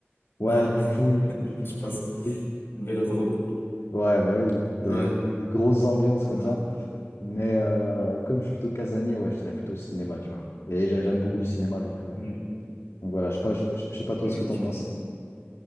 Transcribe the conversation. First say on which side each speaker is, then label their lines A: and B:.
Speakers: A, on the left; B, on the left.
A: Ouais,
B: Ah,
A: du Jul,
B: <laughs> je
A: du Jul,
B: pense
A: du Jul aussi.
B: le vélodrome.
A: Ouais, bah oui,
B: Ouais,
A: des, des- des grosses ambiances comme
B: ouais.
A: ça. Mais euh, comme je suis plutôt casanier, ouais, je dirais plutôt cinéma, tu vois. Et j'ai- j'aime beaucoup le cinéma, donc, euh,
B: Oui,
A: donc voilà, je sais pas, je, je- je sais pas toi
B: ok.
A: ce que t'en penses.